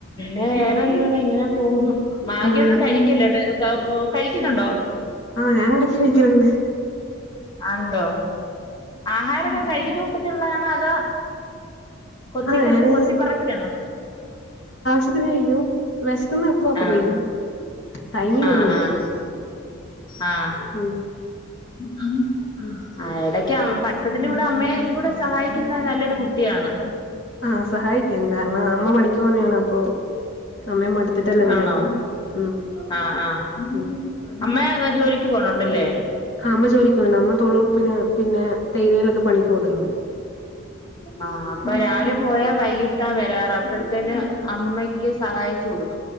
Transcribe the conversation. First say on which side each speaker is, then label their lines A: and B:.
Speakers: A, on the left; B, on the left.
A: വേറെന്തട ഇങ്ങനെ പോന്നു. മാഗിയൊന്നും
B: ഉം
A: കഴിക്കല്ലട്ടോ കൊ ക കഴിക്കുന്നുണ്ടോ
B: ആഹ് ഞാനടക്ക് കയിക്കലിണ്ട്.
A: ആ ഇണ്ടോ ആഹാരൊക്കെ കഴിക്കുന്ന കൂട്ടത്തിലുള്ളതാണോ അതോ കൊത്തി
B: ആഹ്
A: കൊത്തി
B: ഞാന്
A: കൊത്തി പറക്കിയാണോ?
B: പ്പത്തിന് കയ്കു വെശക്ക്‌ന്നെ എപ്പോ അപ്പൊ
A: ആഹ്
B: കഴിക്കു ടൈമിങ്ങൊന്നുല്ല.
A: ആഹ് ആഹ് ആഹ്.
B: ഉം.
A: ഹ. ആ എടക്കെ അം പഠത്തത്തിൻ്റെ അമ്മേയെം കൂടെ സഹായിക്കുന്ന നല്ലൊരു കുട്ടിയാണ്.
B: ആഹ് സഹായിക്കാം കാരണം അമ്മ പണിക്ക് പോന്നെയാണ് അപ്പൊ അമ്മേയം മടുത്തിട്ടല്ലേ വര്വ
A: ആണോ
B: ഉം.
A: ആഹ് ആഹ്
B: ഉം
A: അമ്മേ ജോലിക്ക് പോണോണ്ടല്ലേ?
B: ആഹ് അമ്മ ജോലിക്ക് പോണ്ട് അമ്മ തൊഴിലുറപ്പിന് പിന്നെ തേയിലയിലൊക്കെ പണിക്ക് പോന്നിണ്ട്.
A: ആഹ് അപ്പൊ രാവിലെ പോയാ വൈകിട്ടാ വരാറ് അപ്പഴത്തെന് അമ്മയ്ക്ക് സഹായിച്ചു കൊടുക്കും.